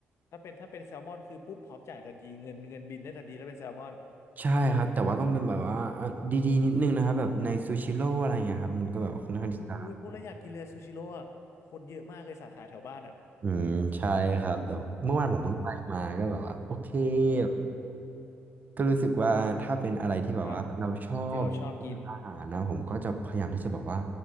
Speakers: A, on the left (about 70°); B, on the right (about 35°).
A: ถ้าเป็นถ้าเป็นแซลมอนคือปุ๊บพร้อมจ่ายทันทีเงินเงินบินได้ทันทีถ้าเป็นแซลมอน
B: ใช่ครับแต่ว่าต้องเป็นแบบว่าอ่ะดีๆนิดนึงนะครับแบบในซูชิโร่อะไรเงี้ยครับมันก็แบบค่อนข้างที่จะ
A: อ่าอุ้ยพูดแล้วอยากกินเลยซูชิโร่อะคนเยอะมากเลยสาขาแถวบ้านอ่ะ
B: อืมใช่ครับแต่เมื่อวานผมเพิ่งไปมาก็แบบว่าโอเค
A: เอ่าโห
B: แบบก็รู้สึกว่าถ้าเป็นอะไรที่แบบว่าเราชอบเรื่องอาหารนะผมก็จะพยายามที่จะแบบว่า
A: ครับที่เราชอบกิน